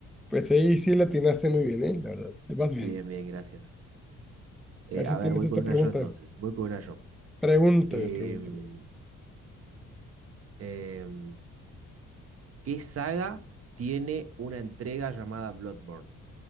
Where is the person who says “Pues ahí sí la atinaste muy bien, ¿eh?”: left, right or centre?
Centre